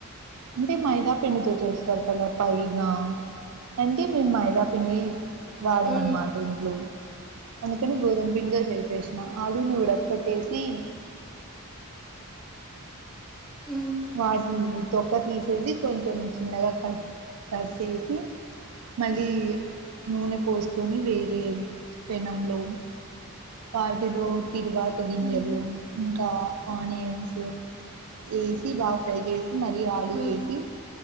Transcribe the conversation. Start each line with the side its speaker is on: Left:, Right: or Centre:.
Right: అంటే మైదా పండితో చేస్తారు కదా పైనా అంటే మేము మైదా పండి వాడమ
Centre: ఉమ్
Right: అన్నమాట ఇంట్లో అందుకని గోధుమ పిండి తో చేసేసి ఆలుని కూడ పెట్టేసి
Centre: ఉమ్
Right: వాటిని తొక్క తీసేసి కొంచెం చిన్నగా కట్ <unintelligible> చేసి మళ్ళీ నూనె పోసుకొని వేరే పెనంలో వాటిలో తిరువాత గింజెలు
Centre: ఉమ్
Right: ఇంకా ఆనియన్స్ వేసి బాగా ఫ్రై చేసి మళీ ఆలు
Centre: ఉమ్
Right: వేసి